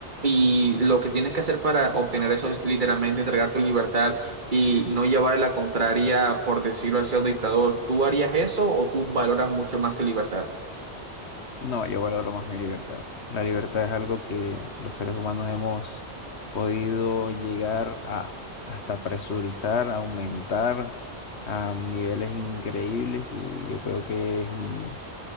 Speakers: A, on the right (about 45°); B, on the left (about 75°).
A: Y lo que tienes que hacer para obtener eso es literalmente entregar tu libertad y no llevar llevarle la contraria, por decirlo así, a un dictador. ¿Tú harías eso o tú valoras mucho más tu libertad?
B: No, yo valoro más mi libertad. La libertad es algo que los seres humanos hemos podido llegar a hasta presurizar, a aumentar a niveles increíbles y yo creo que es un...